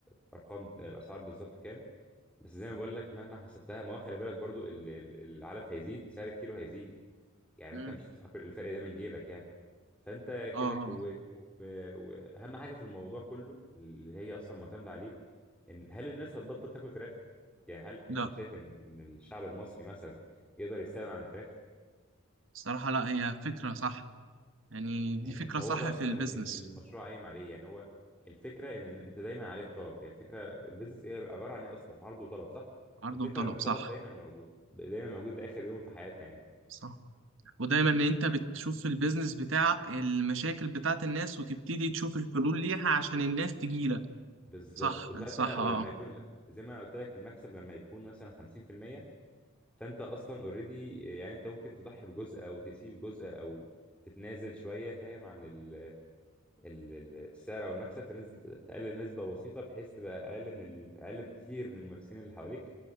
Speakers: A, in the centre; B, on the right (about 65°).
A: الارقام الاسعار بالظبط كام بس زي ما بقول لك مهما حسبتها ما هو خلي بالك برضو ال- ال- العلف هيزيد سعر الكيلو هيزيد يعني
B: مم.
A: انت مش هتدفع كل الفرق ده من جيبك يعني فانت
B: اه
A: كده
B: آه،
A: ك- و-
B: آه.
A: و- واهم حاجه في الموضوع كله اللي هي اصلا معتمده عليه ان هل الناس هتبطل تاكل فراخ يعني هل انت
B: لا
A: شايف ان إن الشعب المصري مثلا يقدر يستغنى عن الفراخ
B: صراحة لا هي فكرة صح يعني دي
A: فاهمني
B: فكرة
A: فهو
B: صح
A: ده اصلا
B: في البيزنس
A: ال- ال- المشروع قايم عليه يعني هو الفكره ان إن انت دايما عليك طلب هي الفكره البيزنس ايه عباره عن ايه اصلا عرض وطلب صح
B: عرض
A: الفكره
B: وطلب
A: ان الطلب
B: صح
A: دايما موجود دايما موجود لاخر يوم في حياتنا يعني
B: صح ودايما ان انت بتشوف في البيزنس بتاعك المشاكل بتاعت الناس وتبتدي تشوف الحلول ليها عشان الناس تجيلك
A: بالظبط
B: صح
A: وساعتها
B: صح
A: ولما
B: اه
A: يكون لا زي ما انا قلت لك المكسب لما يكون مثلا 50% فانت اصلا اوريدي يعني انت ممكن تضحي بجزء او تسيب جزء او تتنازل شويه فاهم عن ال ال ال- السعر او المكسب تنزل تقلل نسبه بسيطه بحيث تبقى اقل من ال- اقل بكتير من المنافسين اللي حواليك